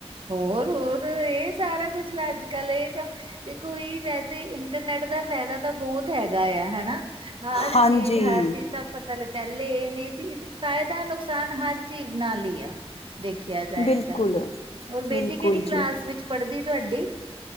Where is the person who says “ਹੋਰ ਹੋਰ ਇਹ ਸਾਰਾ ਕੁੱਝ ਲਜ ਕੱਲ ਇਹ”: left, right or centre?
Right